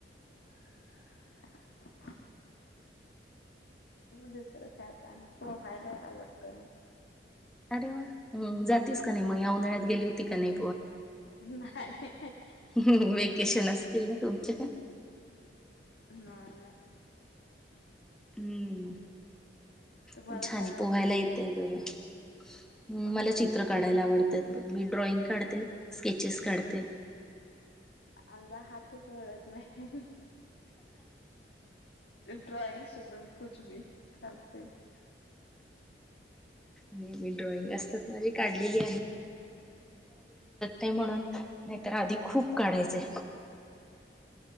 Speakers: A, on the left; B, in the centre.
A: <unintelligible> दुसरं काय आता पोहायला आवडत.
B: अरे वा, जातीस का नाही म या उन्हाळ्यात गेली होती का नाही?
A: नाय. हे, हे.
B: हम् वेकेशल असतील ना तुमचे?
A: नाय नाय.
B: हम्म
A: तुम्हाला
B: पण छान
A: काय आवडतं?
B: पोहायला येतय बरं. हम
A: हो
B: मला चित्र काढायला आवडतात बघ. मी ड्रॉइंग काढते स्केचेस काढते
A: आमचा हातच वळत नाही ते ड्रॉईंग सुडून कुछ भी करते
B: मी ड्रॉइंग असतात माझी काढलेली ते म्हणून नाहीतर आधी खूप काढायचे